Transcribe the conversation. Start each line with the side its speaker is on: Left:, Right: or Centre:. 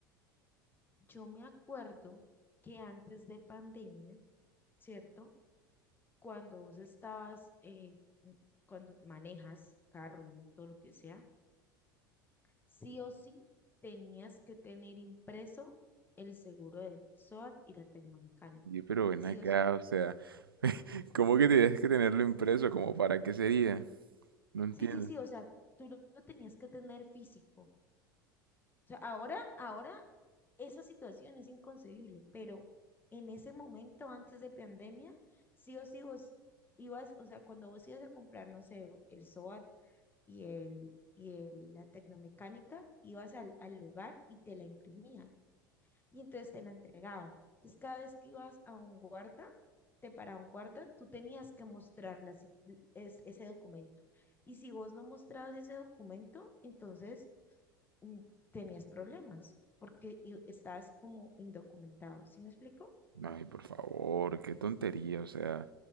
Left: Yo me acuerdo que antes de pandemia, ¿cierto? Cuando vos estabas, eh, n- cuando manejas carro, moto, lo que sea, sí o sí tenías que tener impreso el seguro del SOAT y la tecnomecánica.
Right: Oye, pero ven
Left: Sí
Right: acá,
Left: o sí.
Right: o sea, ¿cómo que tienes que tenerlo impreso? ¿Como para qué sería? No entiendo.
Left: Sí, sí, sí, o sea, tú lo lo tenías que tener físico. O sea, ahora, ahora esa situación es inconcebible, pero en ese momento, antes de pandemia, sí o sí vos ibas, o sea, cuando vos ibas a comprar, no sé, el SOAT y el, y el- la tecnomecánica, ibas al, al lugar y te la imprimían y entonces te la entregaban. Entonces cada vez que ibas a un guarda, te paraba un guarda, tú tenías que mostrar la si- es- ese documento. Y si vos no mostrabas ese documento, entonces mm, tenías problemas porque i- estabas como indocumentado. ¿Sí me explico?
Right: Ay, por favor, qué tontería, o sea,